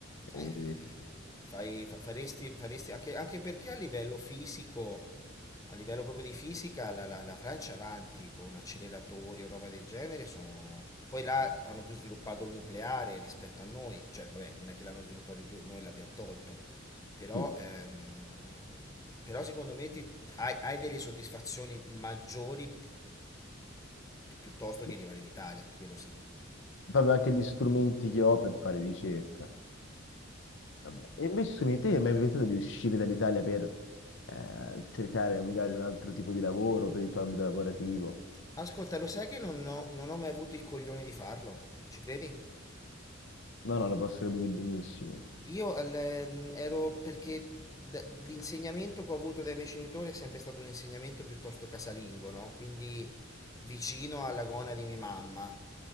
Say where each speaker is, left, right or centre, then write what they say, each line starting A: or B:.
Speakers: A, on the left; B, on the left.
A: E-
B: Eh, fai- fa- faresti, faresti anche, anche perché a livello fisico, a livello proprio di fisica, la, la- la Francia avanti con acceleratori o roba del genere. sono- Poi là hanno più sviluppato il nucleare rispetto a noi, cioè vabbè, non è che l'hanno sviluppato di più, noi l'abbiamo tolto, però,
A: sì,
B: ehm, però secondo me ti- hai, hai delle soddisfazioni maggiori pi- piuttosto
A: sì.
B: che rimanere in Italia, quello sì.
A: proprio anche gli strumenti che ho per fare ricerca. Vabbè. E invece su di te, hai mai pensato di uscire dall'Italia per eh, cercare magari un altro tipo di lavoro per il tuo ambito lavorativo?
B: Ascolta, lo sai che non ho non ho mai avuto il coglione di farlo? Ci credi?
A: No, no, lo posso capire benissimo.
B: Io al- ehm, ero perché d- l'insegnamento che ho avuto dai miei genitori è sempre stato un insegnamento piuttosto casalingo, no? Quindi vicino alla gonna di mia mamma.